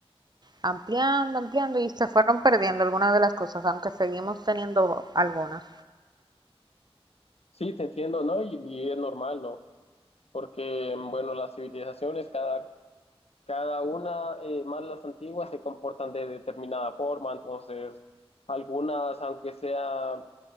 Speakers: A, on the right; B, on the left.
A: ampliando, ampliando y se fueron perdiendo algunas de las cosas, aunque seguimos teniendo algunas.
B: Sí, te entiendo, ¿no? Y, y es normal, ¿no? Porque, bueno, las civilizaciones, cada, Cada una, eh, más las antiguas, se comportan de determinada forma, entonces algunas, aunque sea,